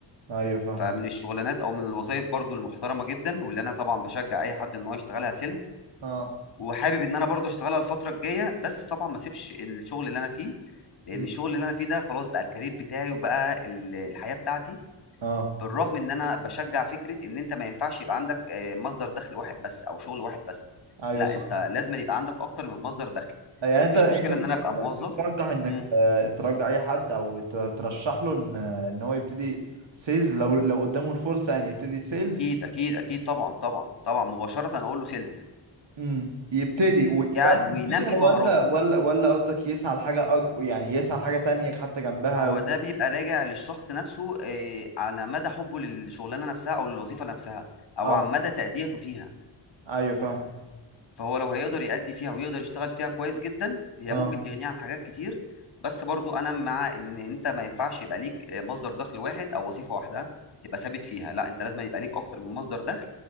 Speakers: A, on the right; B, on the left.
A: ايوه فاهمك
B: فمن الشغلانات او من الوظائف برضو المحترمه جدا واللي انا طبعا بشجع اي حد ان هو يشتغلها سيلز
A: اه
B: وحابب ان انا برضه اشتغلها الفتره الجايه بس طبعا ما اسيبش الشغل اللي انا فيه لان
A: مم.
B: الشغل اللي انا فيه ده خلاص بقى الكارير بتاعي وبقى ال- الحياه بتاعتي
A: اه
B: بالرغم ان انا بشجع فكره ان انت ما ينفعش يبقى عندك آه، مصدر دخل واحد بس او شغل واحد بس
A: ايوه
B: لا
A: صح
B: انت لازم يبقى عندك اكتر من مصدر دخل
A: يعني انت
B: مفيش
A: انت
B: مشكله
A: انت,
B: ان انا ابقى موظف
A: انت ترجح انك
B: مم.
A: ت- ترجع اي حد او ت- ترشح له ان ان هو يبتدي سيلز لو لو قدامه الفرصة يعني يبتدي سيلز
B: اكيد اكيد اكيد طبعا طبعا طبعا مباشره اقول له سيلز
A: امم يبتدي ويكمل
B: وينمي
A: فيها ولا
B: مهاراته
A: ولا ولا قصدك يسعى لحاجة أج... يعني يسعى لحاجة تانية حتى جنبها
B: هو
A: و...
B: ده بيبقى راجع للشخص نفسه آه، على مدى حبه للشغلانه نفسها او للوظيفه نفسها او
A: اه
B: عن مدى تأديته فيها
A: ايوه فاهمك
B: فهو لو هيقدر يأدي فيها ويقدر يشتغل فيها كويس جدا هي
A: اه
B: ممكن تغنيه عن حاجات كتير بس برضو انا مع ان انت ما ينفعش يبقى ليك آه، مصدر دخل واحد او وظيفه واحده تبقى ثابت فيها لا انت لازم يبقى ليك اكتر من مصدر دخل